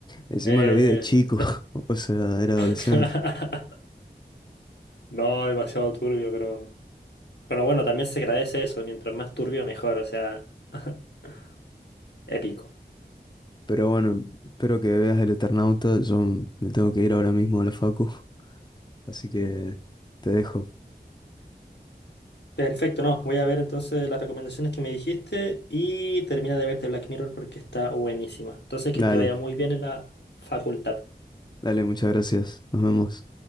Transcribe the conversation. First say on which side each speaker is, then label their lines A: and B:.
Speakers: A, on the left (about 25°); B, on the left (about 75°).
A: Encima
B: eh,
A: lo vi de chico, <laughs> o sea, era adolescente.
B: <laughs> No, demasiado turbio, pero... Pero bueno, también se agradece eso, mientras más turbio mejor, o sea, <laughs> épico.
A: Pero bueno, espero que veas el Eternauta. Yo me tengo que ir ahora mismo a la facu, así que te dejo.
B: Perfecto, no, voy a ver entonces las recomendaciones que me dijiste y termina de verte Black Mirror porque está buenísima. Entonces, que
A: Dale,
B: te vaya muy bien en la facultad.
A: dale, muchas gracias. Nos vemos.